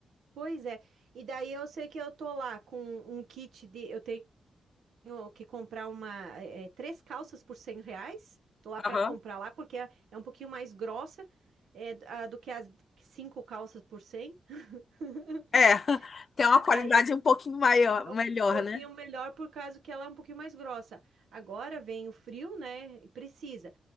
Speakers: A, on the right; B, on the left.
A: Pois é. E daí eu sei que eu tô lá com um kit de. Eu tenho que comprar uma, eh, eh, três calças por 100 reais. Tô lá para
B: Aham.
A: comprar lá, porque é é um pouquinho mais grossa, eh, a- do que as cinco calças por cem <laughs>
B: É, <laughs> tem uma qualidade
A: Aí
B: um pouquinho maior,
A: É
B: melhor,
A: um pouquinho
B: né?
A: melhor por causa que ela é um pouquinho mais grossa. Agora vem o frio, né? e Precisa.